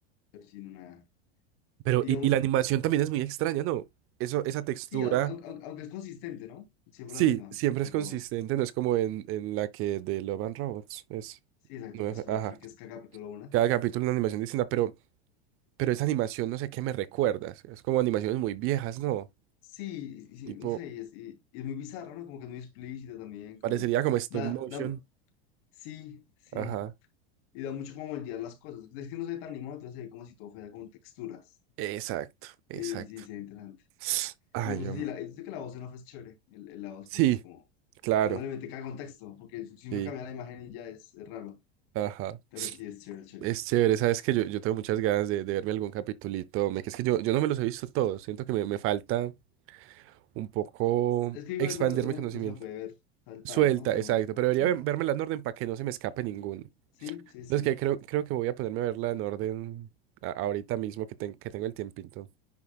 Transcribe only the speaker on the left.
pero sí, no nada.
Digamos.
Sí, aunque, aunque, aunque- aunque es consistente, ¿no? Siempre
la misma,
por
todo.
Sí, exacto,
que es
Hulky,
que es cada capítulo una.
Sí, y- sí,
no sé, y es, y- y es muy bizarro, ¿no? Como que es muy explícita también, como...
Da,
da, sí, sí.
Y da mucho como moldear las cosas. Es que no se ve tan animado, entonces se ve como si todo fuera con texturas.
Sí, sí, sí, interesante.
Y me gusta
así,
la, yo que la voz en off es chévere. El, el- la voz,
pues sí, como...
Que cuando le mete cada contexto, porque si no
cambia la imagen y ya es, es raro.
Pero sí, es chévere, chévere.
Es que igual
alguno, alguno
que no se la puede ver saltados,
¿no? Uno
cualquiera.
Sí, sí,
sí.